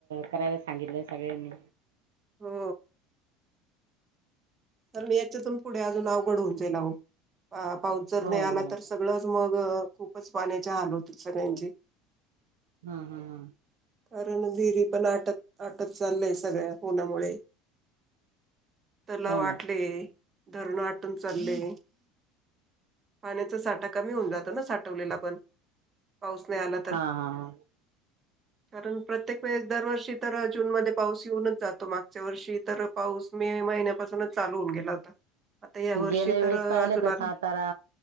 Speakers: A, on the right (about 75°); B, on the right (about 35°).
A: करायला सांगितलंय सगळ्यांनी.
B: हो. तर म याच्यातून पुढे अजून अवघड होऊन जाईल अहो. पा पाऊस जर
A: हो
B: नाही आला,
A: हो
B: तर सगळंच मग खूपच पाण्याचे हाल होतील सगळ्यांचे
A: हा हम हम
B: कारण विहिरी पण आटत आटत चाललय सगळ्या फोनामुळे तला
A: हो ना
B: आटले धरण आटून चाले पाण्याचा साठा कमी होऊन जातो ना साठवलेला पण पाऊस नाही आला तर
A: हा हा हा
B: कारण प्रत्येक वेळेस दरवर्षी तर जून मध्ये पाऊस येऊनच जातो मागच्या वर्षी तर पाऊस मे मे महिन्यापासूनच चालू होऊन गेला होता आता या वर्षी
A: गेल्या
B: तर
A: वेळेस पाहिले
B: अजून
A: का
B: आला
A: सातारा